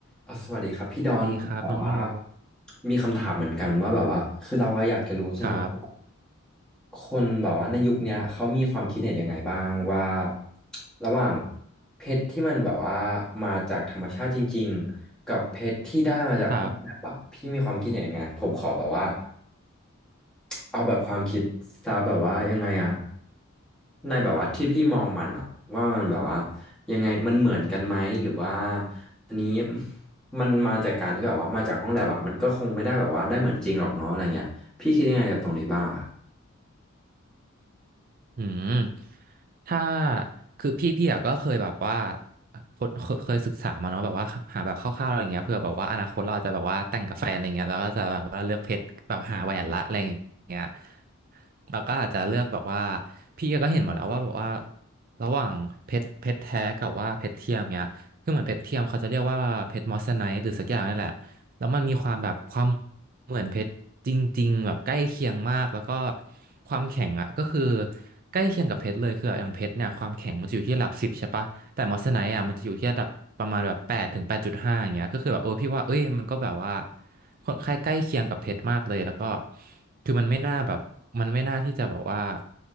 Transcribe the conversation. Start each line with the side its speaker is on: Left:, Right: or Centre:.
Centre: อ่ะสวัสดีครับพี่ดอนแบบว่า
Right: สวัสดีครับน้องว่าโล
Centre: มีคำถามเหมือนกันว่าแบบว่าคือเราอะอยากจะรู้ใช่ไหมว่า
Right: ครับ
Centre: คนแบบว่าในยุคเนี้ยเขามีความคิดเห็นยังไงบ้างว่าระหว่างเพชรที่มันแบบว่ามาจากธรรมชาติจริงๆกับเพชรที่ได้มาจากห้องแลบอะพี่มีความคิดเห็นยังไงผมขอแบบว่า
Right: ครับ
Centre: เอาแบบความคิดซาแบบว่ายังไงอะ ในแบบว่าที่พี่มองมันอะว่ามันแบบว่ายังไงมันเหมือนกันไหมหรือว่าอันนี้ <laughs> มันมาจากการที่แบบว่ามาจากห้องแลบอะมันก็คงไม่ได้แบบว่าได้เหมือนจริงหรอกเนาะอะไรเงี้ยพี่คิดยังไงกับตรงนี้บ้างอะ
Right: อืมถ้าคือพี่พี่อะก็เคยแบบว่าคนเคเคยศึกษามาเนาะแบบว่าหาแบบคร่าวๆอะไรเงี้ยเผื่อแบบว่าอนาคตเราอาจจะแบบว่าแต่งกับแฟนอะไรเงี้ยแล้วก็จะแบบว่าเลือกเพชรแบบหาแหวนละอะไรเงี้ยเราก็อาจจะเลือกแบบว่าพี่ก็เห็นหมดแล้วว่าแบบว่าระหว่างเพชรเพชรแท้กับว่าเพชรเทียมเงี้ยคือเหมือนเพชรเทียมเขาจะเรียกว่าเพชรมอสไนท์หรือสักอย่างนี่แหละ แล้วมันมีความแบบความเหมือนเพชรจริงๆแบบใกล้เคียงมากแล้วก็ความแข็งอ่ะก็คือใกล้เคียงกับเพชรเลยคืออย่างเพชรเนี่ยความแข็งมันจะอยู่ที่ระดับสิบใช่ปะแต่มอสไนท์อ่ะมันจะอยู่ที่ระดับประมาณแบบแปดถึงแปดจุดห้าอย่างเงี้ยก็คือแบบเออพี่ว่าเอ้ยมันก็แบบว่าค่อนข้างใกล้เคียงกับเพชรมากเลยแล้วก็คือมันไม่น่าแบบมันไม่น่าที่จะแบบว่า